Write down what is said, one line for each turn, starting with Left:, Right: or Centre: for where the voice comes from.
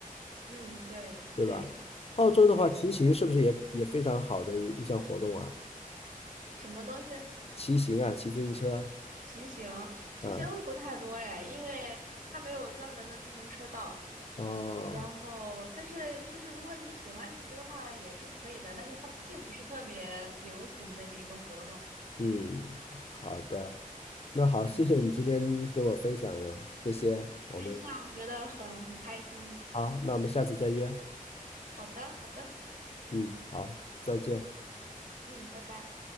Right: 嗯，对对
Left: 对吧？澳洲的话，
Right: 对，
Left: 骑行是不是也也非常好的一项活动啊？
Right: 什么东西？
Left: 骑行啊，骑自行车，
Right: 骑行，骑行不太多哎，
Left: 啊，
Right: 因为它没有专门的自行车道。
Left: 哦，
Right: 然后，但是就是如果你喜欢骑的话，也是可以的，但是它并不是特别流行的一个活动。
Left: 嗯，好的，那好，
Right: 嗯，
Left: 谢谢你今天跟我分享了这些，我们
Right: 没事啊，我觉得很很开心。
Left: 好，那我们下次再约，
Right: 好的，好的，
Left: 嗯，好，再见。
Right: 嗯，拜拜。